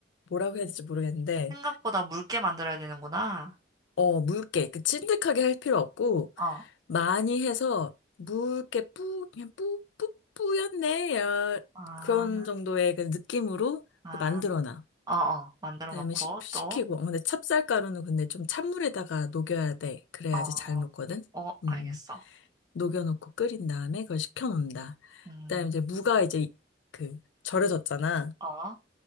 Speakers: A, on the left; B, on the right.
A: 뭐라고 해야 될지 모르겠는데,
B: 생각보다 묽게 만들어야 되는구나.
A: 어, 묽게, 그 찐득하게 할 필요 없고,
B: 어,
A: 많이 해서 묽게 뿌, 그냥 뿌, 뿌, 뿌였네. 야,
B: 아,
A: 그런 정도의 그 느낌으로
B: 아,
A: 만들어놔.
B: 어, 어. 만들어
A: 그다음에
B: 놓고
A: 식, 식히고,
B: 또,
A: 어, 근데 찹쌀가루는 근데 좀 찬물에다가 녹여야 돼. 그래야지
B: 어,
A: 잘 녹거든.
B: 어,
A: 음.
B: 알겠어.
A: 음. 녹여놓고 끓인 다음에 그걸 식혀놓는다.
B: 음,
A: 그다음에 이제 무가 이제 그 절여졌잖아.
B: 아,